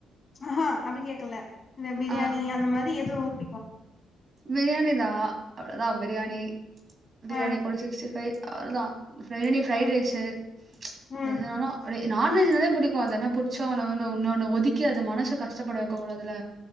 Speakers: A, on the left; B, on the right.
A: அஹஹா அப்டி கேட்கல இந்த பிரியாணி
B: ஆ
A: அந்த மாதிரி எது ரொம்ப புடிக்கு
B: பிரியாணி தா அவ்ளோதா பிரியாணி பிரியாணி
A: ஆ
B: கூட சிக்ஸ்டி ஃபைவ் அவ்ளோதா பிரியாணி ஃபிரைட்
A: ம்
B: ரைஸு
A: ம்
B: எதுனாலு அப்டே நான்வெஜ் நாலே புடிக்கு அது என்ன புடிச்ச உணவுனு ஒன்னோன ஒதுக்கி அது மனச கஷப்பட வைக்க கூடாதுல